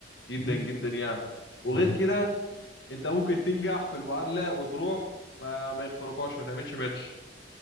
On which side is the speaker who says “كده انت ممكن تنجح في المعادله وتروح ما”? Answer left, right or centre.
Left